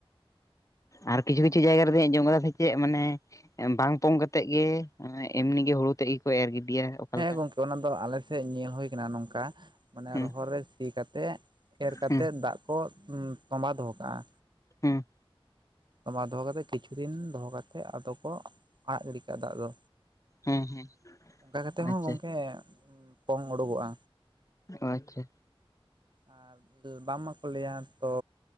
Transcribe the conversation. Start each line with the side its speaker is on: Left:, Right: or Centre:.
Left: ᱟᱨ ᱠᱤᱪᱷᱩ ᱠᱤᱪᱷᱩ ᱡᱭᱜᱟ ᱨᱮᱫᱚᱧ ᱟᱡᱚᱢ ᱥᱮ ᱪᱮᱫ ᱢᱟᱱᱮ ᱵᱟᱝ ᱯᱚᱝ ᱠᱟᱛᱮᱜ ᱜᱮ ᱮᱢᱱᱤᱜ ᱦᱩᱲᱩ ᱛᱮᱜ ᱜᱮᱠᱚ ᱮᱨ ᱜᱤᱰᱤᱭᱟ᱾ ᱚᱠᱟᱞᱮᱠᱟ
Right: ᱦᱮᱸ ᱜᱚᱝᱠᱮ ᱚᱱᱟ ᱫᱚ ᱟᱞᱮᱥᱮᱫ ᱧᱮᱞ ᱦᱳ ᱟᱠᱟᱱᱟ ᱱᱚᱝᱠᱟ ᱢᱟᱱᱮ
Left: ᱦᱩᱸ
Right: ᱨᱚᱦᱚᱲ ᱨᱮ ᱛᱤ ᱠᱟᱛᱮ ᱮᱨ ᱠᱟᱛᱮᱫ
Left: ᱦᱩᱸ
Right: ᱫᱟᱜ ᱠᱚ ᱛᱚᱵᱟ ᱫᱚᱦᱚ ᱠᱟᱜᱼᱟ᱾
Left: ᱦᱮᱸ
Right: ᱛᱵᱢᱟ ᱫᱚᱦᱚ ᱠᱟᱛᱮ ᱠᱤᱪᱷᱩ ᱫᱤᱱ ᱫᱚᱦᱚ ᱠᱟᱛᱮᱫ ᱟᱫᱚ ᱠᱚ ᱟᱲᱟᱜ ᱜᱟᱲᱮ ᱠᱟᱜᱼᱟ ᱫᱟᱜ ᱫᱚ᱾
Left: ᱦᱮᱸ ᱦᱮᱸ
Right: ᱚᱱᱠᱟ ᱠᱟᱛᱮ ᱦᱚᱸ
Left: ᱟᱪᱪᱷᱟ
Right: ᱜᱚᱝᱠᱮ ᱯᱚᱝ ᱩᱰᱩᱠᱚᱜᱼᱟ᱾
Left: ᱚ ᱟᱪᱪᱷᱟ
Right: ᱟᱨ ᱵᱟᱝᱢᱟ ᱠᱚ ᱞᱟᱹᱭᱟ ᱛᱚ